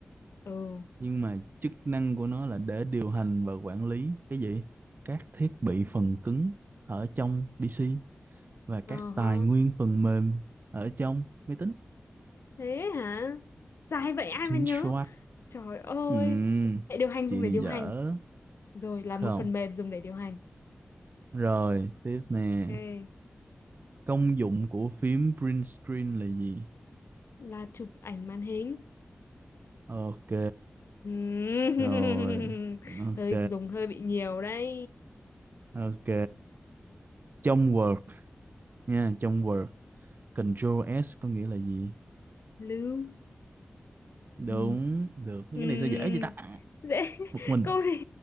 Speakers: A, on the left; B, on the right.
A: Ừ.
B: nhưng mà chức năng của nó là để điều hành và quản lý cái gì các thiết bị phần cứng ở trong PC và các
A: Ờ
B: tài
A: hả?
B: nguyên phần mềm ở trong máy tính
A: Thế hả? Dài vậy ai
B: chính
A: mà nhớ?
B: xác
A: Trời ơi,
B: Ừm,
A: hệ điều hành
B: chị
A: dùng để
B: này
A: điều
B: dở
A: hành, rồi là
B: không
A: một phần mềm dùng để điều hành.
B: rồi tiếp nè
A: Ok,
B: công dụng của phím print screen là gì
A: là chụp ảnh màn hình.
B: ok
A: Ừm, <laughs>
B: rồi ok
A: hơi dùng hơi bị nhiều đấy.
B: ok trong Word nha trong Word Control S có nghĩa là gì
A: Lưu.
B: đúng
A: Ừm,
B: được mấy
A: ừm,
B: cái này sao dễ vậy ta
A: Dễ.
B: bực
A: <laughs>
B: mình
A: Câu này